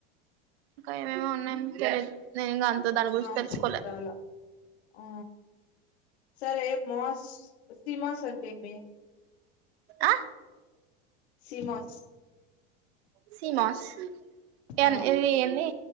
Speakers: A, on the right; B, on the left.
A: ఇంకా మేము ఉన్నాం తెలీదు నేను ఇంకా అంత దాని గురించి
B: నాకు
A: తెలుసుకోలే
B: గుర్తు రాల ఆ సరే మాస్‌ సీమాస్‌ అంటే ఏమీ
A: ఆ
B: సీమాస్‌
A: సీమాస్‌ ఏంది
B: ఆ
A: ఇది ఏంది